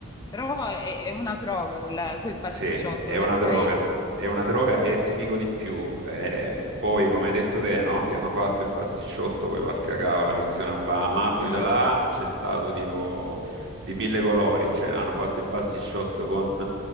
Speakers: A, on the left (about 20°); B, on the right (about 60°).
A: Però è, è una droga quella- quel pasticciotto,
B: Sì, è
A: onestamente.
B: una droga. È una droga e ti dico di più. eh, poi, come hai detto te, no? Che hanno fatto il pasticciotto, quello al cacao, la versione Obama. Poi
A: Mm.
B: da là c'è stato tipo di mille colori. Cioè, hanno fatto il pasticciotto con